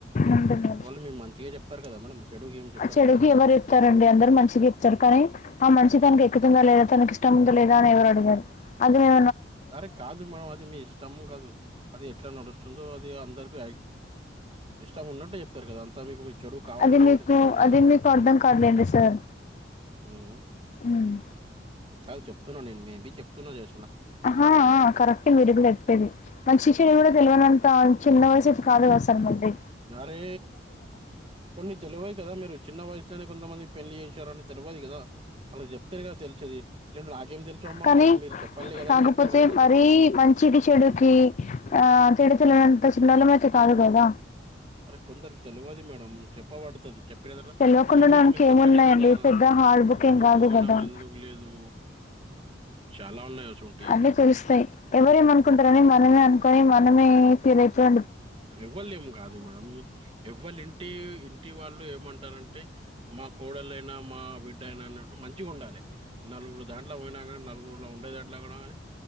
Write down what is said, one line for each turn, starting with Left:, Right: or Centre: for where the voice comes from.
Left: అంతే మరి.
Right: వాళ్ళు మీ మంచికె చెప్ ప్పర్ గాద మేడం చెడుగేం చెప్పరు
Left: చెడుకి
Right: కదా?
Left: ఎవరు చెప్తారండి అందరు మంచిగా చెప్తరు కానీ ఆ మనిష
Right: హ్మ్.
Left: తనకి ఎక్కుతుందా లేదా తనకి ఇష్టం ఉందా లేదా ని ఎవరు అడిగరు అదివ
Right: సరే కాదు మేడం అది మీ ఇష్టము కాదు అది ఎట్లా నడుస్తుందో అది అందరికి ఇష్టం ఉన్నట్టే చెప్తరు కదా అంతా మీకు మీ చెడు కావాలని
Left: అది మీకు
Right: ఎవరు చెప్పరు కదా
Left: అది మీకు అర్థం కాదులేండి సార్
Right: ఉం
Left: ఉమ్.
Right: కాదు చెప్తున్నా నేను మే బి చెప్తున్నా చే
Left: అహా ఆ కరెక్ట్ మీరు కూడా చెప్పేది మంచి చెడు
Right: హ్మ్.
Left: కూడా తెల్వనంత చిన్న వయసు అయితే గ సార్ మళ్ళీ
Right: అరే కొన్ని తెలివయ కదా మీరు చిన్న వయసులోనే కొంతమంది పెళ్ళి శారని తెల్వది గాదా. ఆళ్ళకి చెప్తేనే గాదా తెలిసేది. ఇగా నాకేం తెలుసు అమ్మామ్మ
Left: కానీ
Right: కి మీరు చెప్పాలి కదా
Left: కాకపోతే
Right: అని చెప్తారు. కదా కొంతమంది
Left: మరీ మంచికి చెడుకి
Right: హ్
Left: ఆ, తేడా తెలియనంత చిన్నోళ్ళం అయితే కాదు కదా
Right: అరే కొందరికి తెలువది మేడం చెప్పబడుతది. చెప్ ప్పిన గాద
Left: తెలియకుండా
Right: అమ్మ
Left: ఉండడానికి
Right: మీరు మీరు
Left: ఏమున్నాయండి
Right: చెప్పాలే గాదా
Left: పెద్ద హార్డ్ బుక్
Right: ఎందుకు
Left: ఏం కాదు
Right: మేడం
Left: కదా
Right: ఎందుకు లేదు చాలా ఉన్నాయి. అసుంటియి
Left: అన్ని తెలుస్తయి ఎవరేమనుకుంటరని మనమే అనుకొని మన మనమే ఫీల్ అయిపోయి
Right: ఎవ్వలేం గాదు మేడం ఎవ్వల్ ఇంటి ఇంటి వాళ్ళు ఏమంటారంటే మా కోడలైనా మా బిడ్డయినా అన్న మంచిగ ఉండాలె నలుగురు దాంట్ల పోయినా కానీ నలుగురులో ఉండే దాంట్లా కూడా కానీ